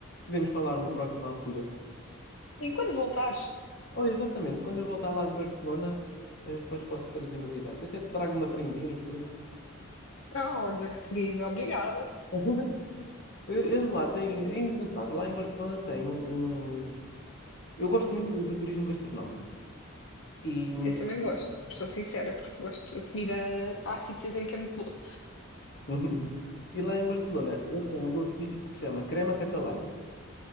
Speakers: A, on the left; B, on the left.
A: Podemos falar numa próxima altura.
B: Sim, quando voltares.
A: Olha, exatamente, quando eu voltar lá de Barcelona, eh, depois posso trazer novidades. Até te trago uma prendinha e tudo.
B: Ah, olha, que querida, obrigada.
A: <laughs> Eh, Eles lá têm, é engraçado, lá em Barcelona tem um, um- Eu gosto muito do turismo gastronómico. E,
B: Eu também gosto, sou sincera, porque gosto da comida. Há sítios em que é muito boa.
A: <laughs> e lá em Barcelona, eles têm um doce típico que se chama crema catalana.